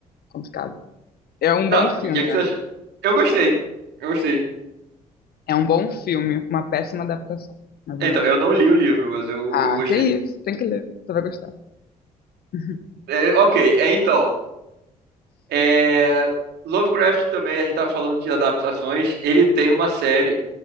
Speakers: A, on the left; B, on the right.
A: complicado. É um
B: Não,
A: bom
B: o
A: filme.
B: que, que é que você achou? Eu gostei. Eu gostei.
A: É um bom filme. Uma péssima adaptação. Mas um
B: Então,
A: bom.
B: eu não li o livro, mas eu,
A: Ah,
B: eu gostei.
A: que isso. Tem que ler. Você vai gostar. <laughs>
B: É, ok, é, então. é, Lovecraft também, a gente tava falando de adaptações. Ele tem uma série.